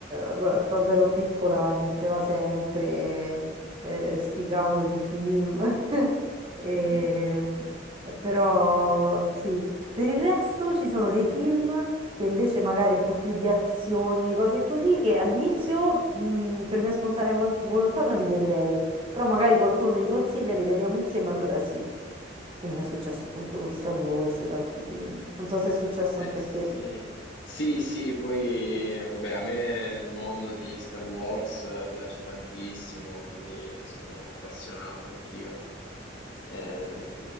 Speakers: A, on the right; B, on the left.
A: eh, qu- quando ero piccola, metteva sempre eh, sti cavolo di film. <laughs> E,
B: <laughs>
A: però sì, per il resto ci sono dei film che invece magari un po' più di azione, di cose così, che all'inizio mh, per mia spontanea vol- volontà non li vedrei però magari qualcuno me li consiglia, li vediamo insieme, allora sì, come è successo appunto con Star Wars ed altri film. Non so se è successo
B: Eh
A: anche
B: sì,
A: a te.
B: sì, sì, poi eh, vabbè, a me il mondo di Star Wars eh, piace tantissimo, quindi sono appassionato anch'io eh, di-